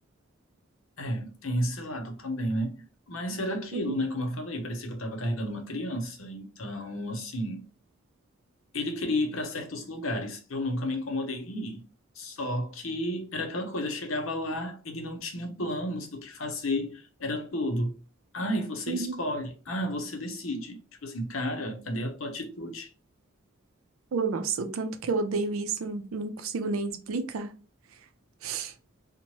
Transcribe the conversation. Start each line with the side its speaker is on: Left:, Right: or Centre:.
Left: É, tem esse lado também, né? Mas era aquilo,
Right: Uhum,
Left: né? Como eu falei, parecia que eu tava carregando uma criança. Então, assim, ele queria ir para certos lugares. Eu nunca me incomodei em ir. Só que era aquela coisa, eu chegava lá, ele não tinha planos do que fazer, era tudo. Ai, você
Right: uhum.
Left: escolhe. Ah, você decide. Tipo assim, cara, cadê a tua atitude?
Right: Oh, Nossa, o tanto que eu odeio isso, não não consigo nem explicar. <laughs>